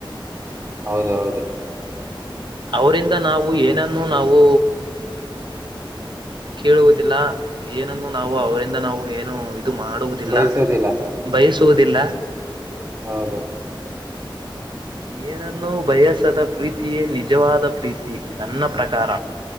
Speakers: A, on the right (about 30°); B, on the right (about 60°).
A: ಹೌದ ಹೌದು
B: ಅವರಿಂದ ನಾವು ಏನನ್ನು ನಾವು. ಕೇಳುವುದಿಲ್ಲ ಏನನ್ನು ನಾವು ಅವರಿಂದ ನಾವು ಏನು ಇದು ಮಾಡುವುದಿಲ್ಲ.
A: ಬಯಸೋದಿಲ್ಲ
B: ಬಯಸುವುದಿಲ್ಲ.
A: ಹೌದು
B: ಏನನ್ನೂ ಬಯಸದ ಪ್ರೀತಿಯೇ ನಿಜವಾದ ಪ್ರೀತಿ ನನ್ನ ಪ್ರಕಾರ.